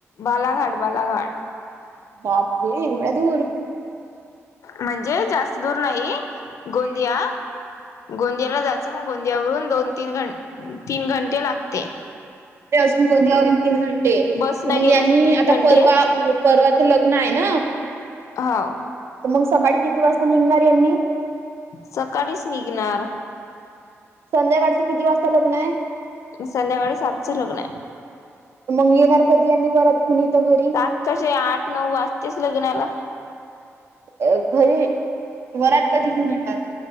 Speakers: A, on the left; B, on the right.
A: बालाघाट, बालाघाट.
B: बापरे! एवढ्या दूर.
A: म्हणजे जास्त दूर नाही,
B: हम्म.
A: गोंदिया, गोंदियाला जायचं मग गोंद्यावरून दोन तीन घन तीन घंटे लागते.
B: अजून गोंदियावरून तीन घं ते
A: बस
B: मग
A: न गेला
B: यांनी
A: तर तीन
B: आता
A: घंटे
B: परवा परवाचं लग्न आहे ना.
A: हो
B: तर मग सकाळी किती वाजता निघणार यांनी?
A: सकाळीच निघणार.
B: संध्याकाळचं किती वाजता लग्न हाय?
A: संध्याकाळी सातचं लग्न हाय.
B: मग येणार कधी यांनी वरात घेऊन इथं घरी
A: सात कसे आठ नऊ वाजतेच लग्नाला
B: अ घरी वरात कधी घेऊन येणार?